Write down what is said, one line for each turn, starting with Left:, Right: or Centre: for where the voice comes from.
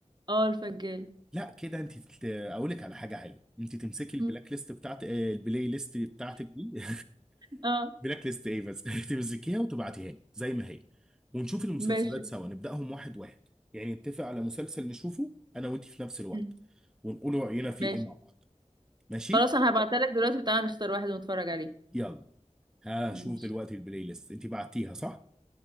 Right: اه الفجاله
Centre: لا كده انت تت- اقول لك على حاجه حلوه انت تمسكي البلاك
Right: م.
Centre: ليست بتاعت آه، البلاي ليست بتاعتك دي <laughs>
Right: اه
Centre: بلاك ليست ايه بس <laughs> تمسكيها وتبعتيها لي زي ما هي ونشوف المسلسلات
Right: ماشي
Centre: سوا نبداهم واحد واحد يعني نتفق على مسلسل نشوفه انا وانت في نفس الوقت
Right: م.
Centre: ونقول راينا فيه
Right: ماشي
Centre: ايه مع بعض ماشي
Right: خلاص انا هبعتلك دلوقتي وتعالى نختار واحد ونتفرج عليه
Centre: يلا هشوف
Right: ماشي
Centre: دلوقتي البلاي ليست انت بعتيها صح